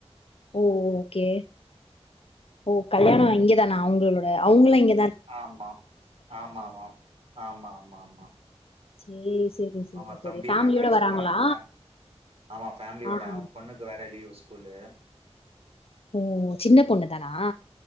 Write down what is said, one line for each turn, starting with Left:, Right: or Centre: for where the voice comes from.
Left: ஓ ஓகே ஓ கல்யாணம் இங்கதானா அவங்களோ <unintelligible> அவங்கலா எங்கத்
Right: ஆமா ஆமா ஆ ஆமா ஆமா
Left: சேரி சேரி சேரி
Right: அவங்க
Left: சேரி
Right: தம்பி
Left: ஃபேமிலியோட
Right: மேரேஜ்கு
Left: வராங்களா
Right: வராங்க ஆமாபேமிலியோட
Left: ஆஹா
Right: அவங்க பொண்ணுக்கு வேற லீவு் ஸ்கூல்லு
Left: ஓ சின்ன பொண்ணு தானா